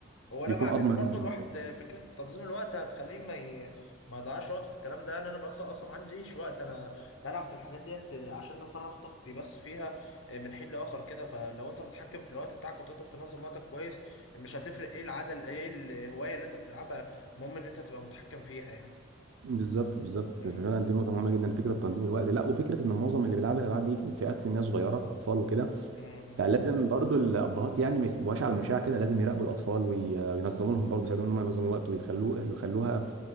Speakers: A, on the left; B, on the right.
A: هو لا
B: بيكون
A: بعدين
B: اضمن
A: برضو
B: إن الولد.
A: الواحد فكرة تنظيم الوقت هتخليه ما ي... ما يضيعش وقته في الكلام ده انا انا بس اصلا ما عنديش وقت انا بلعب في الحاجات ديت عشان نفرغ طاقتي بس فيها من حين لاخر كده فلو انت متحكم في الوقت بتاعك وتقدر تنظم وقتك كويس مش هتفرق ايه العدل ايه الهواية اللي انت بتلعبها المهم ان انت تبقى متحكم فيها يعني
B: بالظبط بالظبط
A: مم.
B: فعلا دي نقطه مهمه جدا فكره تنظيم الوقت لا وفكره ان معظم اللي بيلعبوا الالعاب دي في فئات سنيه صغيره اطفال وكده
A: مم.
B: فلازم برضو الابهات يعني ما يسيبوهاش على المشاع كده لازم يراقبوا الاطفال وي- وينظموا لهم برضو يساعدوهم ان هم ينظموا الوقت ويخلوه يخلوها
A: اكيد